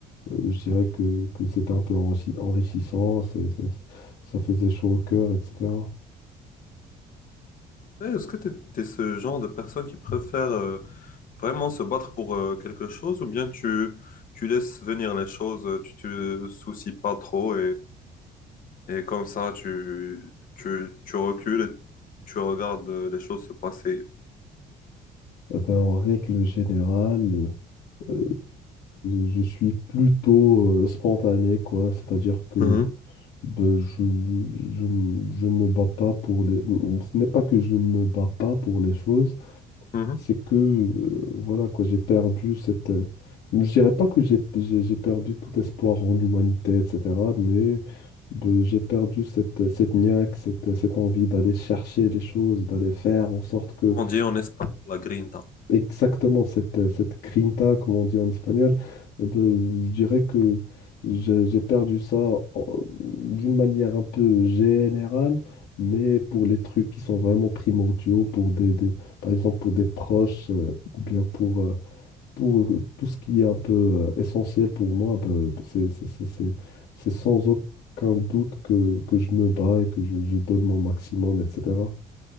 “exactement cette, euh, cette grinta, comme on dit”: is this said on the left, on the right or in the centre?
Left